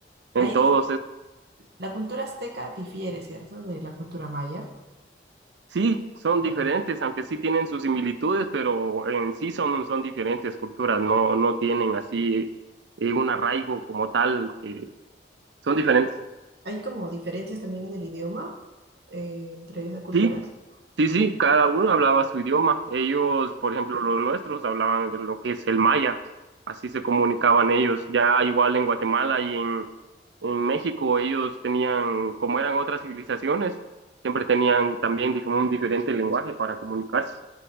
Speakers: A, on the right; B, on the right.
A: Entonces,
B: Ahí dif- la cultura azteca difiere, ¿cierto? De la cultura maya.
A: sí, son
B: Ok.
A: diferentes, aunque sí tienen sus similitudes, pero en sí son, son diferentes culturas. No, no tienen así eh, un arraigo como tal, que son diferentes.
B: ¿Hay como diferencias también en el idioma eh, entre esas culturas?
A: Sí,
B: Ok.
A: Sí, sí, cada uno hablaba su idioma. Ellos, por ejemplo, los nuestros hablaban de lo que es el maya. Así se comunicaban ellos. Ya igual en Guatemala y en, en México, ellos tenían, como eran otras civilizaciones, siempre tenían también dif- un diferente lenguaje para comunicarse.